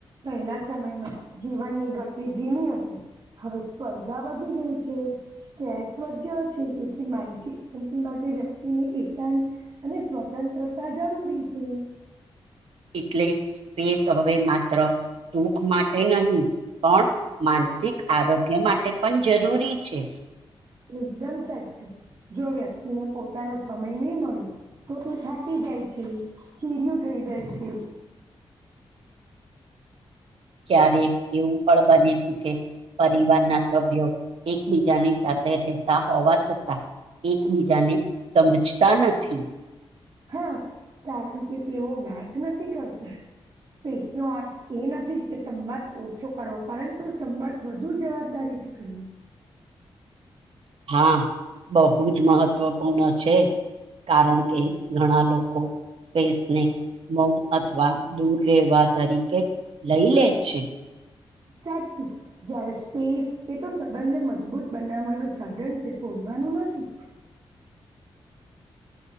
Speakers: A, on the right (about 60°); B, on the right (about 75°).
A: પહેલા સમયમાં જીવનની ગતિ ધીમી હતી. હવે સ્પર્ધા વધી ગઈ છે. સ્ટ્રેસ વધ્યો છે તેથી માનસિક શાંતિ માટે વ્યક્તિને એકાંત અને સ્વતંત્રતા જરૂરી છે.
B: એટલે સ્પેસ હવે માત્ર સુખ માટે નહીં પણ માનસિક આરોગ્ય માટે પણ જરૂરી છે.
A: એકદમ સાચું જો વ્યક્તિને પોતાનો સમય નહી મળે તો તે થાકી જાય છે, ચીડિયું થઇ જાય છે.
B: ક્યારેક એવું પણ બને છે, કે પરિવાર ના સભ્યો એકબીજાની સાથે રહેતા હોવા છતાં એકબીજાને સમજતા નથી.
A: હા કારણ કે તેઓ વાત નથી કરતા સ્પેસ નો અર્થ એ નથી કે સંવાદ ઓછો કરો પરંતુ સંવાદ વધુ જવાબદારી કરવું
B: હા બહુ જ મહત્વપૂર્ણ છે. કારણ કે ઘણા લોકો સ્પેસને મૌન અથવા દૂર રહેેવા તરીકે લઈ લે છે.
A: સાચું જયારે સ્પેસ એ તો સંબંધને મજબૂત બનાવવાનું સાધન છે, તોડવાનું નથી